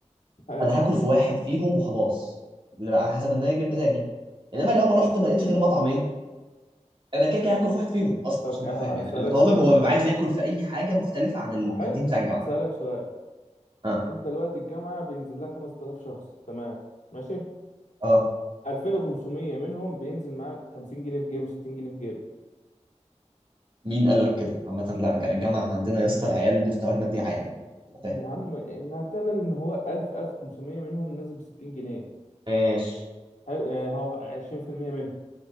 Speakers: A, on the left; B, on the right.
A: حلو
B: انا هاكل في واحد فيهم وخلاص اللي على حسب ان انا جاي مزاجي انما لو ما رحت ما لقيتش غير مطعمين انا كده كده هاكل في واحد فيهم اصلا
A: طب
B: عشان
A: آه،
B: ابقى فاهم يعني
A: هسألك
B: الطالب
A: سؤال
B: هو بيبقى عايز ياكل في اي حاجه مختلفه عن الكانتين
A: حلو
B: بتاع الجامعه
A: هسألك سؤال
B: اه
A: أنت دلوقتي الجامعة بينزل لها 5000 شخص تمام ماشي
B: اه
A: 2500 منهم بينزل معاه 50 جنيه في جيبه 60 جنيه في جيبه
B: مين قال لك كده عامه لا ج- الجامعه عندنا يا اسطى العيال مستواها المادي عالي فاهم
A: يا عم نعتبر ان هو 1000 1500 منهم نازل ب 60 جنيه
B: ماشي
A: حلو يعني هو 20% منهم